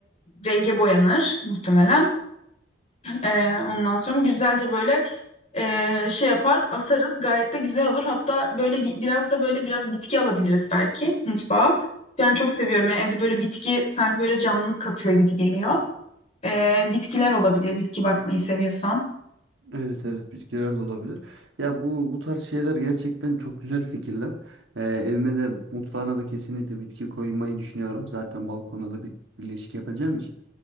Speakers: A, on the left (about 35°); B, on the right (about 80°).
A: renge boyanır muhtemelen. E, ondan sonra güzelce böyle e, şey yapar asarız gayet de güzel olur. Hatta böyle y- biraz da böyle biraz bitki alabiliriz belki mutfağa. Ben çok seviyorum Yani evde böyle bitki sanki böyle canlılık katıyor gibi geliyor. E, bitkiler olabilir bitki bakmayı seviyorsan.
B: Evet evet bitkiler de olabilir. Ya bu bu tarz şeyler gerçekten çok güzel fikirler. Ee, evime de mutfağına da kesinlikle bitki koymayı düşünüyorum. Zaten balkona da bir bir ilişki yapacağım için.